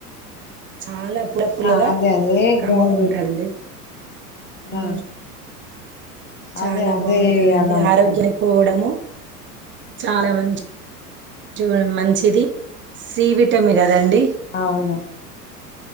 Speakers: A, on the right (about 25°); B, on the left (about 20°).
A: చాలా అప్పుల పుల్లగా
B: ఆ అదే అదే
A: కమ్మగా
B: గోంగూర
A: ఉంటదండి ఉ
B: ఆ
A: చాలా
B: అదే అదే
A: బాగుంటదండి
B: వేయాలనుకుంటాను
A: ఆరోగ్యానికిడము చాలా మంచి మంచిది సీవిటమి కదండి
B: అవును